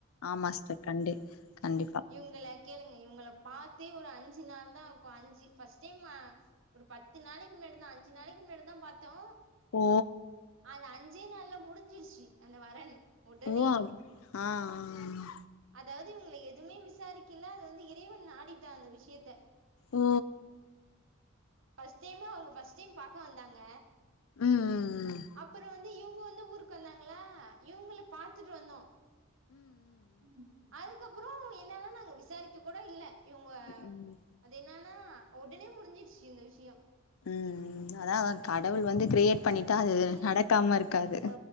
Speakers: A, on the left; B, on the right.
A: ஆமா சிஸ்டர் கண்டி கண்டிப்பா
B: இவுங்கள கேளுங்க இவுங்கள பாத்தே ஒரு அஞ்சு நாள் தா இக்கும் அஞ்சு ஃபர்ஸ்ட் டைம் ஆ ஒரு பத்து நாளைக்கு முன்னாடி தா அஞ்சு நாளைக்கு முன்னாடி தா பாத் தோ
A: ஓ
B: அது அஞ்சே நாள்ல முடிஞ்சிருச்சு அந்த வரன் உடனே
A: ஓ அப் ஆ ஆ ஆ
B: அதாவது இவுங்கள எதுமே விசாரிக்கில்ல அது வந்து இறைவன் ஆடிட்டா அந்த விஷயத்த
A: ஓ
B: ஃபர்ஸ்ட் டைமா அவுங்க ஃபஸ்ட் டைம் பாக்க வந்தாங்க
A: ம் ம் ம்.
B: அப்புற வந் து இவுங்க வந்து ஊருக்கு வந்தாங்களா இவுங்கள பாத்துட்டு வந்தோ ம் ம் அதுக்கப்புறம் என்னன்னா நாங்க விசாரிக்க கூட இல்ல இவுங்க
A: ம்
B: அது என்னன்னா உடனே முடிஞ்சிருச்சு இந்த விஷயோ
A: ம் ம் அதா கடவுள் வந்து கிரியேட் பண்ணிட்டா அது
B: உம்
A: நடக்காம இருக்காது
B: அத